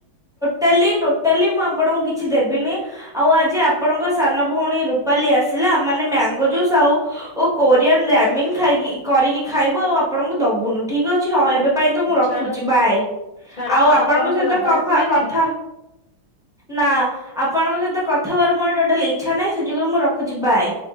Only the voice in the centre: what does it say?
ଟାଲୀ ଟୋଟାଲୀ ମୁଁ ଆପଣଙ୍କୁ କିଛି ଦେବିନି। ଆଉ ଆଜି ଆପଣଙ୍କ ସାନ ଭଉଣୀ ରୁପାଲି ଆସିଲା ମାନେ ମ୍ୟାଙ୍ଗୋ ଜୁସ୍ ଆଉ ଓ କୋରିଆନ ରାମିିନ ଖାଇକି କରିକି ଖାଇବୁ ଆଉ ଆପଣଙ୍କୁ ଦବୁନୁ ଠିକ୍ ଅଛି ଅ ଏବେ ପାଇଁ ତ ମୁଁ ରଖୁଛି
ବାଏ
ଆଉ ଆପଣଙ୍କ ସହିତ
କଫା
କଥା ନା ଆପଣଙ୍କ ସହିତ କଥା ହବାର ମୋର ଟୋଟାଲ ଇଚ୍ଛା ନାହିଁ ସେ ଯୋଗୁରୁ ମୁଁ ରଖୁଛି ବାଏ।